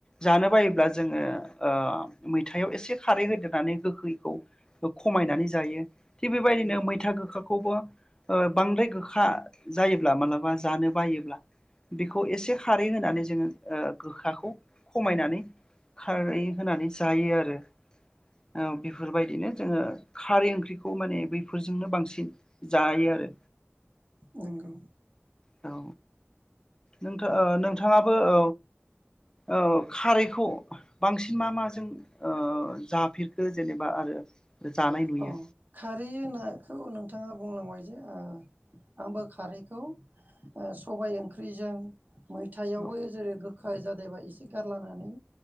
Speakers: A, on the left; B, on the right.
A: जानो बायोब्ला जोङो ओ मैथायाव एसे खारै होदेरनानै गोखैखौ खमायनानै जायो थिग बेबायदिनो
B: औ
A: मैथा गोखा खौबो ओ बांद्राय गोखा जायो ब्ला मालाबा जानो बायोब्ला बेखौ एसे खारै होनानै जोङो ओ गोखाखौ खमायनानै खारै होनानै जायो आरो औ बेफोर बायदिनो जोङो खारै ओंख्रिखौ माने बेफोरजोंनो बांसिन जायो आरो
B: नंगौ
A: औ नोंथा ओ नोंथाङाबो औ औ खारैखौ बांसिन मा माजों ओ जाफेरखो जेनेबा आरो जानाय नुयो
B: औ खारै <unintelligible> नोंथाङा बुंलांबाय जे ओ आंबो खारैखौ ओ सबाय ओंख्रिजों मैथायावबो
A: औ
B: जेरै गोखा जादोबा एसे गारलानानै